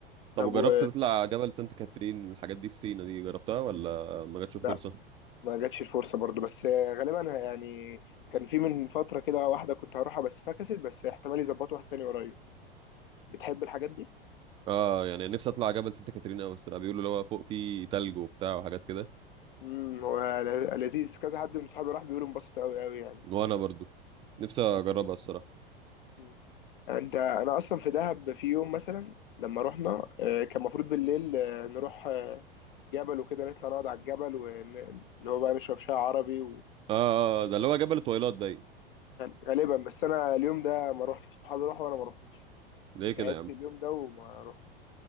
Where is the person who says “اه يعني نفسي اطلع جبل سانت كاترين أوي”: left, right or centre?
Right